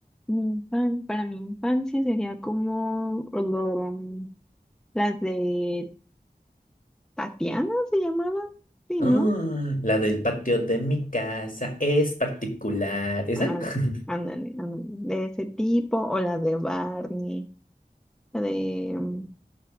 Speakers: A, in the centre; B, on the left.
A: mi infan- para mi infancia sería como um, las de Tatiana se llamaba, sí,
B: Ah,
A: ¿no?
B: la del patio de mi casa es particular. ¿Esa?
A: Ah,
B: <laughs>
A: ándale, ándale, de ese tipo, o las de Barney, la de... um,